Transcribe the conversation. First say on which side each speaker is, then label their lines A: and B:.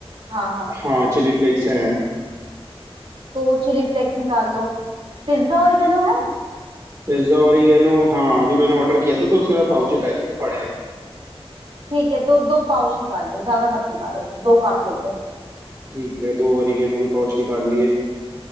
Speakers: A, on the right; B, on the right.
A: हाँ हाँ
B: हाँ चिली फ्लेक्स है
A: तो चिली फ्लेक्स निकाल लो पिज्जा ओरिगेनो है
B: Pizza oregano हाँ अभी मैंने ऑर्डर किया था तो उसके बाद पाउचेज आए थे तो पड़े हैं
A: ठीक है तो दो पाउच निकाल लो ज्यादा मत निकालो दो काफी होंगे
B: ठीक है दो ओरिगेनो के पाउच निकाल लिए